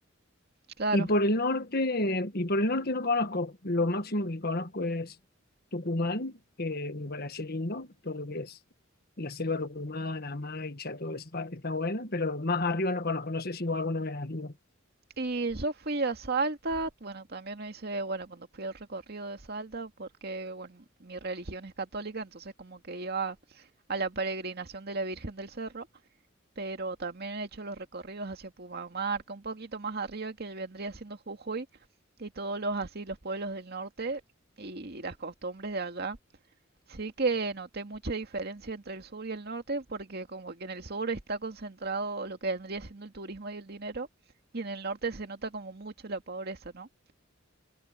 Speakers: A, on the right; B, on the left.
A: Claro.
B: Y por el norte, y por el norte no conozco. Lo máximo que conozco es Tucumán, que me parece lindo, todo lo que es la selva tucumana, Maicha, toda esa parte está buena, pero más arriba no conozco, no sé si vos alguna vez has ido.
A: Y yo fui a Salta, bueno, también me hice, bueno, cuando fui al recorrido de Salta, porque, bueno, mi religión es católica, entonces como que iba a la peregrinación de la Virgen del Cerro, pero también he hecho los recorridos hacia Pumamarca, un poquito más arriba que vendría siendo Jujuy, y todos los así, los pueblos del norte y las costumbres de allá. Sí que noté mucha diferencia entre el sur y el norte, porque como que en el sur está concentrado lo que vendría siendo el turismo y el dinero, y en el norte se nota como mucho la pobreza, ¿no?